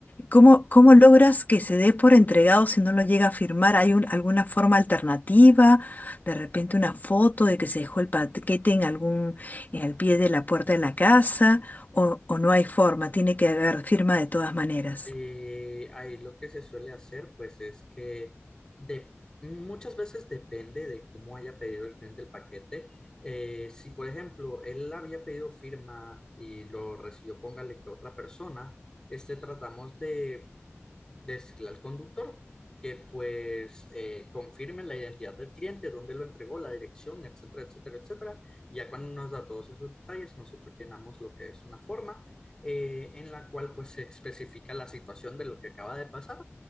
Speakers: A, on the left; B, on the left.
A: ¿cómo, cómo logras que se dé por entregado si no lo llega a firmar? ¿Hay un- alguna forma alternativa? De repente una foto de que se dejó el paquete en algún, en el pie de la puerta de la casa, o, o no hay forma, tiene que haber firma de todas maneras.
B: Eh, ahí lo que se suele hacer, pues, es que de, muchas veces depende de cómo haya pedido el cliente el paquete. Eh, si, por ejemplo, él había pedido firma y lo recibió, póngale que otra persona, este, tratamos de decirle al conductor que pues eh, confirme la identidad del cliente, dónde lo entregó, la dirección, etcétera, etcétera, etcétera. Y ya cuando nos da todos esos detalles, nosotros llenamos lo que es una forma eh, en la cual pues se especifica la situación de lo que acaba de pasar,